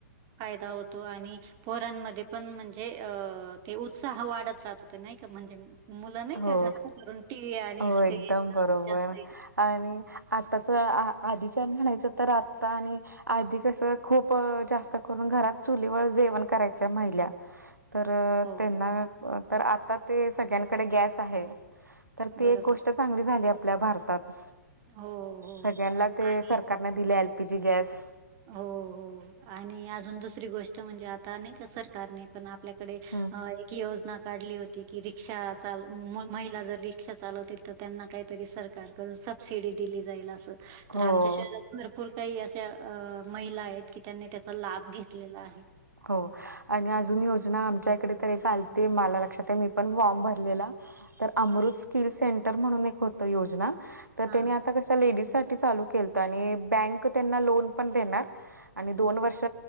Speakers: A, on the right (about 35°); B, on the right (about 85°).
A: फायदा होत. आणि पोरांमध्ये पण म्हणजे अ ते उत्साह वाढत राहत हो ते नाही का म्हणजे मुलं नाही
B: हो
A: का जास्त करून टी व्ही आणि
B: हो
A: स्क्रीन
B: एकदम बरोबर
A: जास्त
B: आणि आताच आ आधीच म्हणायचं तर आत्ता आणि आधी कसं खूप जास्त करून घरात चुलीवर जेवण करायच्या महिला तर
A: हो
B: त्यांना तर आता ते सगळ्यांकडे गॅस आहे. तर ती
A: बरोबर.
B: एक गोष्ट चांगली झाली आपल्या भारतात
A: हो, हो
B: सगळ्यांना ते
A: आणि
B: सरकार दिले एल पीजी गॅस
A: हो हो आणि अजून दुसरी गोष्ट म्हणजे आता नाही का सरकारने पण आपल्याकडे
B: हम.
A: एक योजना काढली होती की रिक्षा चाल महिला जर रिक्षा चालवतील. तर त्यांना काहीतरी सरकारकडून सबसिडी दिली जाईल असं.
B: हो
A: तर आमच्या शहरात भरपूर काही अशा अ महिला आहेत की त्यांनी त्याचा लाभ घेतलेला आहे.
B: हो आणि अजून योजना आमच्या इकडे तर एक आलती मला लक्षात आहे मी पण फॉर्म भरलेला. तर अमृत
A: हां,
B: स्किल सेंटर म्हणून एक होत योजना तर
A: हां.
B: त्यांनी आता कस लेडीजसाठीठी चालू केलं तर आणि बँक त्यांना लोन पण देणार. आणि दोन
A: हो,
B: वर्ष